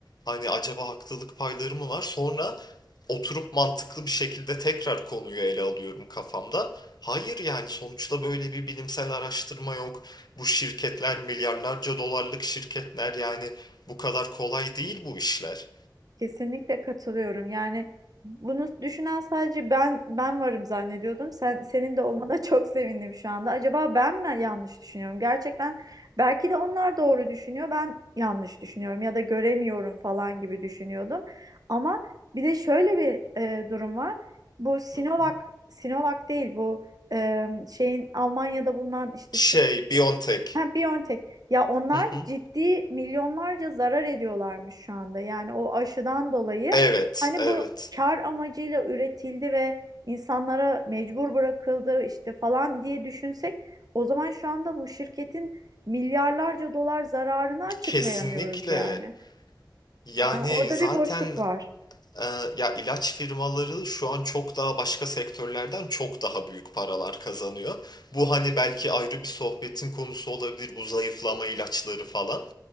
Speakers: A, on the left (about 60°); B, on the right (about 55°).
A: Hani acaba haklılık payları mı var? Sonra oturup mantıklı bir şekilde tekrar konuyu ele alıyorum kafamda. Hayır yani sonuçta böyle bir bilimsel araştırma yok. Bu şirketler milyarlarca dolarlık şirketler yani bu kadar kolay değil bu işler.
B: Kesinlikle katılıyorum. Yani bunu düşünen sadece ben ben varım zannediyordum. Sen senin de olmana <laughs> çok sevindim şu anda. Acaba ben mi yanlış düşünüyorum? Gerçekten belki de onlar doğru düşünüyor. Ben yanlış düşünüyorum ya da göremiyorum falan gibi düşünüyordum. Ama bir de şöyle bir e, durum var. Bu Sinovac
A: Hı hı.
B: Sinovac değil bu e, şeyin Almanya'da bulunan işte
A: Şey,
B: Türk
A: BioNTech.
B: Ha, Biontech. Ya onlar
A: Hı hı.
B: ciddi milyonlarca zarar ediyorlarmış şu anda. Yani o aşıdan dolayı
A: Evet,
B: hani
A: evet.
B: bu kar amacıyla üretildi ve insanlara mecbur bırakıldı işte falan diye düşünsek o zaman şu anda bu şirketin milyarlarca dolar zararını açıklayamıyoruz
A: Kesinlikle.
B: yani.
A: Yani
B: Yani orada
A: zaten
B: bir boşluk var.
A: e, ya ilaç firmaları şu an çok daha başka sektörlerden çok daha büyük paralar kazanıyor. Bu hani belki ayrı bir sohbetin konusu olabilir bu zayıflama ilaçları falan.